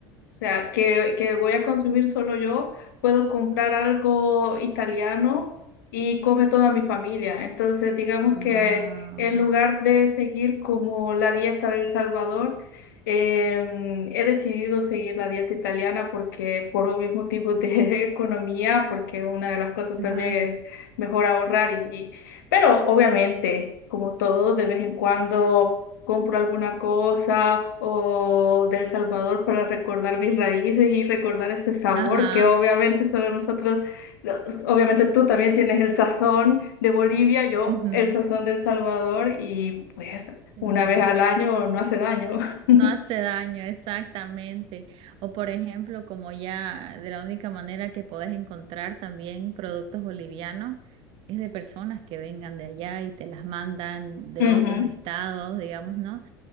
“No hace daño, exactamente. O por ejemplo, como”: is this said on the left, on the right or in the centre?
Right